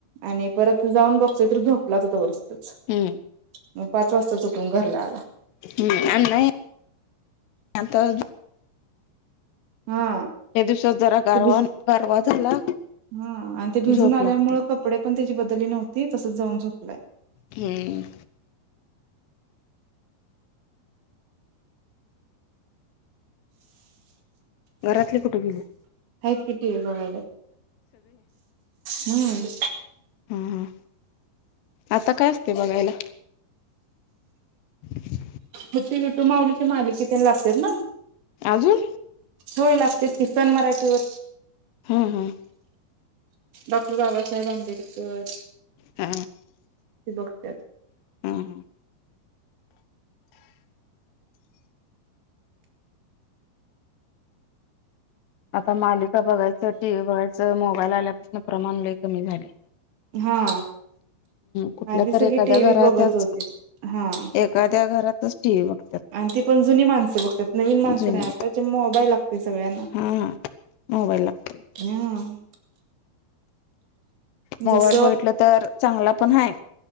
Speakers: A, on the right (about 65°); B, on the left (about 80°).
A: आणि परत जाऊन बघतोय तर झोपला होता तवर तिथंच
B: हम्म
A: मग पाच वाजताच उठून घरला आला
B: हम्म आणि नाही आता
A: हा
B: या दिवसात जरा गारवा
A: ते भी
B: गारवा झाला
A: हा आणि ते भिजून
B: झोप
A: आल्यामुळं
B: लागते.
A: कपडे पण त्याची बदली नव्हती तसच जाऊन झोपलाय
B: हम्म घरातले कुठे गेले
A: आहेत की टीव्ही बघायल्यात हम्म.
B: हा हा आता काय असतयं बघायला? <inaudible>
A: मग ते विठू माऊलीच्या मालिकी तेन लागत्यात ना
B: अजून
A: होय लागत्यात ती सन मराठीवर.
B: हम्म हम्म.
A: डॉक्टर बाबासाहेब आंबेडकर.
B: हा
A: ते बघत्यात.
B: हम्म हम्म आता मालिका बघायचं टीव्ही बघायचं मोबाईल आल्यापासून प्रमाण लय कमी झालयं.
A: हा.
B: कुठल्या
A: आधी
B: तर
A: सगळी
B: एखाद्या
A: टी व्ही
B: घरातच
A: बघत होतीत हा.
B: एखाद्या घरातच टी व्ही बघतात
A: आणि ती पण जुनी माणसं बघत्यात नवीन माणसं
B: जुनी
A: नाही आता चे मोबाईल लागत य सगळ्यांना
B: हा हा मोबाईल लागते
A: हं.
B: मोबाईल
A: जस
B: बघितलं तर चांगला पण हाय